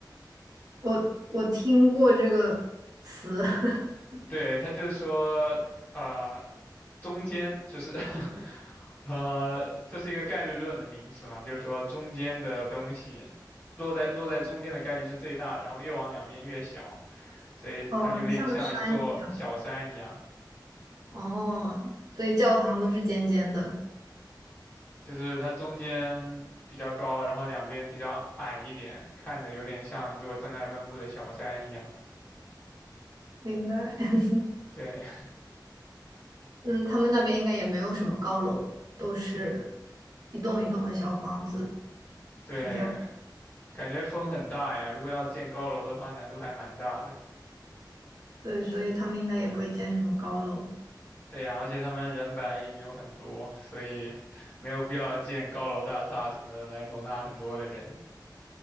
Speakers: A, on the right (about 55°); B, on the left (about 25°).
A: 我我听过这个词，<laughs>
B: <laughs> 对，它就是说，啊、中间就是 <laughs> 呃，这是一个概率论的名词嘛，就是说中间的东西落在落在中间的概率是最大的，然后越往两边越小，所以它有点像一座小山一样。
A: 嗯，像个山一样。哦，所以教堂都是尖尖的，
B: 就是它中间比较高，然后两边比较矮一点，看着有点像一座正态分布的小山一样。
A: 明白。<laughs>
B: 对
A: 嗯，他们那边应该也没有什么高楼，都是一栋一栋的小房子，
B: <laughs> 对，
A: 是这样。
B: 感觉风很大呀。如果要建高楼的话，难度还蛮大的。
A: 对，所以他们应该也不会建什么高楼。
B: 对呀，而且他们人本来也没有很多，所以没有必要建高楼大厦什么的来容纳很多的人。